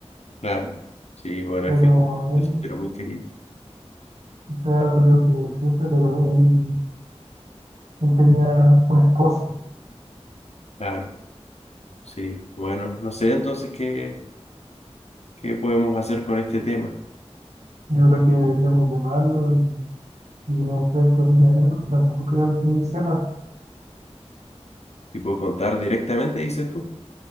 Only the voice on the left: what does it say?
Claro, sí, bueno,
es que el
sitio era muy querido.
Claro, sí, bueno, no sé entonces qué, qué podemos hacer con este tema.
Tipo, contar directamente, dices tú.